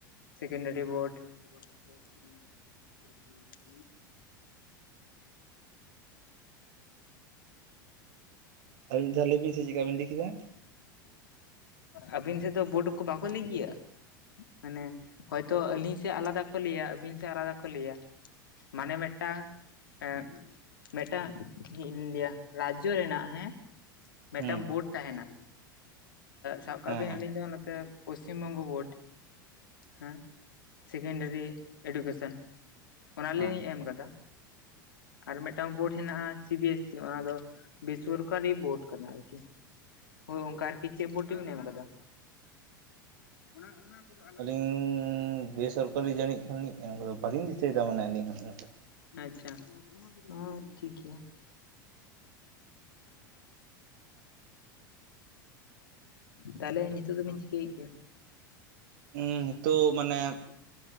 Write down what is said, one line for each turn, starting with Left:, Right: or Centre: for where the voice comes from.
Left: Secondary board. ᱟᱫᱚ ᱵᱟᱠᱚ ᱟᱠᱷᱨᱤᱧ, ᱵᱟᱠᱠᱚ ᱟᱠᱷᱨᱤᱧ ᱜᱮᱭᱟ᱾
Right: ᱟᱨ ᱢᱤᱫ ᱫᱷᱟᱣ ᱞᱟᱹᱭ ᱵᱤᱱ ᱥᱮ ᱪᱮᱫᱠᱟ ᱵᱤᱱ ᱞᱟᱹᱭ ᱠᱮᱫᱟ?
Left: ᱟᱹᱵᱤᱱ ᱥᱮᱫ ᱫᱚ ᱵᱳᱰ ᱠᱚ ᱵᱟᱠᱚ ᱞᱟᱹᱭ ᱜᱤᱭᱟ? ᱢᱟᱱᱮ ᱦᱚᱭᱛᱳ ᱟᱹᱞᱤᱧ ᱥᱮᱫ, ᱟᱞᱟᱫᱟ ᱠᱚ ᱞᱟᱹᱭᱟ ᱟᱹᱵᱤᱱ ᱥᱮᱫ ᱟᱞᱟᱫᱟ ᱠᱚ ᱞᱟᱹᱭᱟ᱾ ᱢᱟᱱᱮ ᱢᱤᱫᱴᱟᱝ ᱮᱸᱻ ᱢᱤᱫᱴᱟᱝ ᱪᱮᱫ ᱤᱧ ᱞᱮᱭᱟ, ᱨᱟᱡᱽᱡᱚ ᱨᱮᱱᱟᱜ ᱦᱮᱸ
Right: ᱦᱮᱸ
Left: ᱢᱤᱫᱴᱟᱝ ᱵᱳᱰ ᱛᱟᱦᱮᱱᱟ᱾ ᱥᱟᱵ ᱠᱟᱜ
Right: ᱦᱮᱸ
Left: ᱵᱤᱱ
Right: ᱦᱮᱸ
Left: ᱟᱞᱤᱧ ᱫᱚ ᱱᱚᱛᱮ ᱯᱚᱥᱪᱤᱢ ᱵᱚᱝᱜᱚ ᱵᱳᱨᱰ ᱦᱮᱸ᱾ ᱥᱮᱠᱮᱱᱰᱟᱨᱤ ᱮᱰᱩᱠᱮᱥᱚᱱ ᱚᱱᱟᱞᱤᱧ
Right: ᱦᱮᱸ
Left: ᱮᱢ ᱠᱟᱫᱟ᱾ ᱟᱨ ᱢᱤᱫᱴᱟᱝ ᱵᱳᱨᱰ ᱦᱮᱱᱟᱜ-ᱟ ᱥᱤ ᱵᱤ ᱮᱥ ᱥᱤ ᱚᱱᱟ ᱫᱚ ᱵᱤᱥᱚᱨᱠᱟᱨᱤ ᱵᱳᱴ ᱠᱟᱱᱟ ᱟᱨᱠᱤ ᱦᱳᱭ ᱚᱱᱠᱟ ᱟᱨ ᱤ ᱪᱮᱫ ᱵᱳᱴ ᱨᱮ ᱵᱤᱱ ᱮᱢ ᱠᱟᱫᱟ? ᱚᱱᱟ ᱚᱱᱟ ᱠᱚᱫᱚ ᱟᱰᱤ
Right: ᱟᱞᱤᱧ ᱵᱮᱥᱚᱨᱠᱟᱨᱤ ᱡᱟᱹᱱᱤᱡ ᱠᱷᱟᱱᱞᱤᱧ ᱮᱢ ᱠᱟᱫᱟ, ᱵᱟᱞᱤᱧ ᱫᱤᱥᱟᱹᱭᱮᱫᱟ ᱢᱟᱱᱮ ᱟᱞᱤᱧ ᱦᱚᱸ ᱩᱱᱟᱹᱜ ᱫᱚ᱾
Left: ᱟᱪᱪᱷᱟ᱾ ᱦᱚ ᱴᱷᱤᱠ ᱜᱤᱭᱟ᱾ ᱛᱟᱦᱚᱞᱮ ᱱᱤᱛᱳᱜ ᱫᱚᱵᱤᱱ ᱪᱤᱠᱟᱹᱭᱮᱜ ᱜᱤᱭᱟ?
Right: ᱩ ᱦᱤᱛᱳᱜ ᱢᱟᱱᱮ